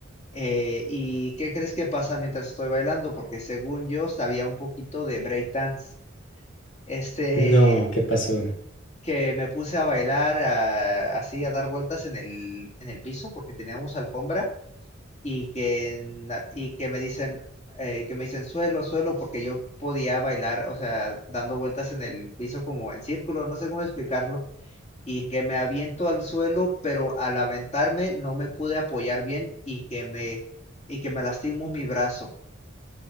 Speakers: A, on the left; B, on the left.
A: Eh, ¿y qué crees que pasa mientras estoy bailando? Porque según yo sabía un poquito de breakdance. Este,
B: No, ¿qué pasó?
A: que me puse a bailar a- así, a dar vueltas en el, en el piso porque teníamos alfombra y que, y que me dicen, eh, que me dicen suelo, suelo, porque yo podía bailar, o sea, dando vueltas en el piso como en círculo, no sé cómo explicarlo, y que me aviento al suelo, pero al aventarme no me pude apoyar bien y que me, y que me lastimo mi brazo.